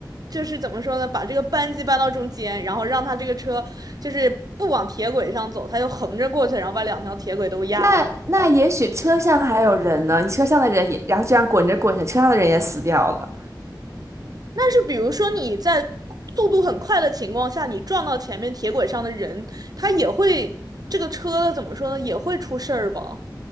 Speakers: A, on the right; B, on the right.
A: 就是怎么说呢，把这个扳机扳到中间，然后让他这个车就是不往铁轨上走，他就横着过去，然后把两条铁轨都压了。
B: 那那也许车上还有人呢，你车上的人也，然后这样滚着滚着，车上的人也死掉了。
A: 但是比如说你在速度很快的情况下，你撞到前面铁轨上的人，他也会这个车怎么说呢？也会出事儿吧？